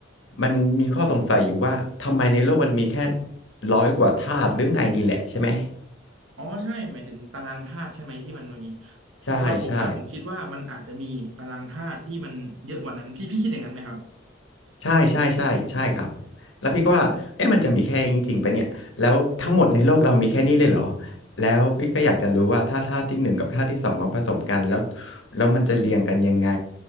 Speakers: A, on the left (about 75°); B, on the right (about 90°).
A: มันมีข้อสงสัยอยู่ว่า ทำไมในโลกมันมีแค่ร้อยกว่าธาตุหรือไงนี่แหละใช่ไหม
B: อ๋อใช่หมายถึงตารางธาตุใช่ไหมที่มันมี
A: ใช่ใช่
B: สำหรับผมนะผมคิดว่ามันอาจจะมีตารางธาตุที่มันเยอะกว่านั้นพี่พี่คิดอย่างนั้นไหมครับ
A: ใช่ใช่ใช่ใช่ครับแล้วพี่ก็ว่าเอ๊ะมันจะมีแค่นี้จริงๆปะเนี่ยแล้วทั้งหมดในโลกเรามีแค่นี้เลยเหรอแล้วพี่ก็อยากจะรู้ว่าถ้าธาตุที่หนึ่งกับธาตุที่สองมาผสมกันแล้วแล้วมันจะเรียงกันยังไง